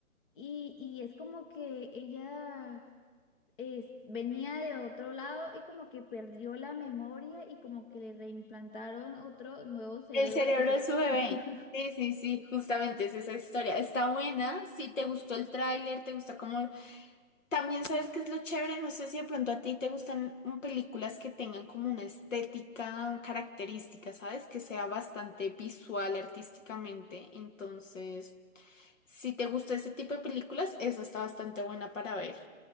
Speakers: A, on the left; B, on the left.
A: y, y es como que ella... es- venía de otro lado y como que perdió la memoria y como que le reimplantaron otro nuevo cerebro,
B: El cerebro
A: se supone.
B: de su bebé.
A: <laughs>
B: Sí, sí, sí, justamente es esa historia. Está buena, si te gustó el tráiler, te gusta como También sabes qué es lo chévere, no sé si de pronto a ti te gustan mm, películas que tengan como una estética característica, ¿sabes? Que sea bastante visual artísticamente. Entonces, si te gusta ese tipo de películas, esa está bastante buena para ver.